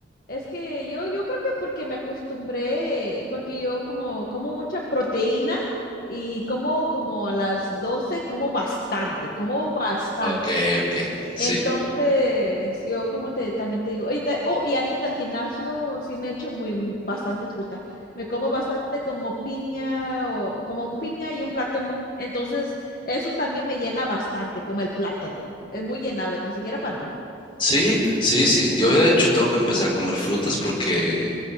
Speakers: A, on the left; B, on the left.
A: es que yo yo creo que porque me acostumbré, porque yo como como mucha proteína y como como a las 12 como bastante, como bastante.
B: Ok, ok, sí.
A: Entonces, yo como te también te digo, y, de- oh, y antes del gimnasio sí me echo muy bastante fruta. Me como bastante como piña o como un piña y un plátano. Entonces, eso también me llena bastante, como el plátano. Es muy llenable, tan siquiera para mí.
B: Sí, sí, sí. Yo de hecho tengo que empezar a comer frutas porque